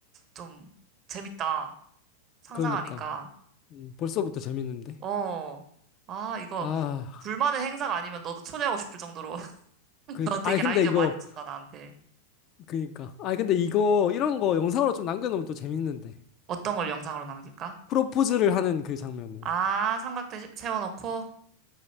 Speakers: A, on the right (about 40°); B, on the left (about 40°).
A: 좀 재밌다. 상상하니까.
B: 그러니까. 음, 벌써부터 재밌는데?
A: 어. 아, 이거
B: 아,
A: 둘만의 행사가 아니면 너도 초대하고 싶을 정도로 <laughs>
B: 그니까.
A: 너 되게
B: 아니, 근데
A: 아이디어
B: 이거,
A: 많이 준다, 나한테.
B: 그니까. 아니, 근데 이거, 이런 거 영상으로 좀 남겨놓으면 또 재밌는데.
A: 어떤 걸 영상으로 남길까?
B: 프로포즈를 하는 그 장면을.
A: 아, 삼각대 시- 세워놓고.